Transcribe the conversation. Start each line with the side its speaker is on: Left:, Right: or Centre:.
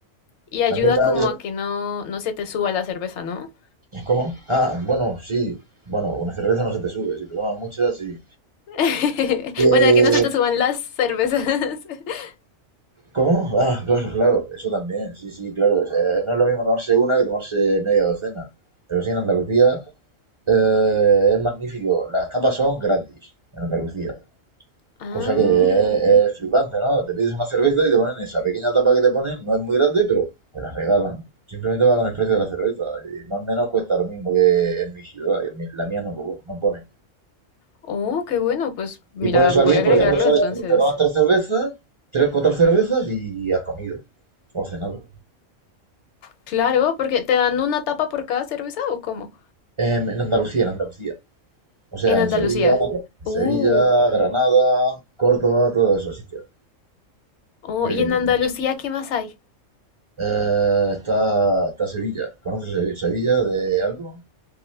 Left: Y ayuda
Right: También la
Left: como
Right: hay...
Left: a que no, no se te suba la cerveza, ¿no?
Right: ¿Cómo? Ah, bueno, sí. Bueno, una cerveza no se te sube. Si te tomas muchas, sí.
Left: <laughs>
Right: Y, eh,
Left: Bueno, a que no se te suban las cervezas. <laughs>
Right: ¿Cómo? Ah, claro, claro, eso también, sí, sí, claro. o sea, no es lo mismo tomarse una que tomarse media docena. Pero sí, en Andalucía eh, es magnífico. Las tapas son gratis en Andalucía,
Left: Ah.
Right: cosa que es, es flipante, ¿no? Te pides una cerveza y te ponen esa pequeña tapa que te ponen, no es muy grande, pero te la regalan. Simplemente va con el precio de la cerveza y más o menos cuesta lo mismo que en mi ciudad, y en mi- la mía no, no pone.
Left: Oh, qué bueno. Pues mira,
Right: Y puedes
Left: voy
Right: salir,
Left: a
Right: por
Left: agregarlo
Right: ejemplo, sales,
Left: entonces.
Right: te te tomas tres cervezas, tres, cuatro cervezas y has comido o cenado.
Left: Claro, porque te dan una tapa por cada cerveza o cómo?
Right: Em, en Andalucía, en Andalucía. O sea,
Left: En
Right: en
Left: Andalucía.
Right: En Sevilla, serio. en
Left: Uh,
Right: Sevilla, Granada, Córdoba, todos esos sitios.
Left: oh,
Right: Eh,
Left: ¿y en Andalucía qué más hay?
Right: eh, está, está Sevilla. ¿Conoces Se- Sevilla de algo?